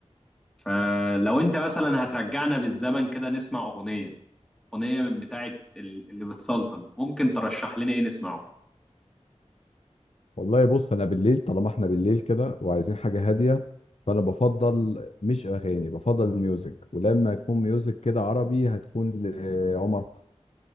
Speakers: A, in the centre; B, on the left.
A: فلو انت مثلا هترجعنا بالزمن كده نسمع أغنية أغنية من بتاعة ال- اللي بتسلطن ممكن ترشح لنا ايه نسمعه
B: والله بص انا بالليل طالما احنا بالليل كده وعايزين حاجه هاديه فانا بفضل مش اغاني بفضل ميوزك ولما يكون ميوزك كده عربي هتكون لعمر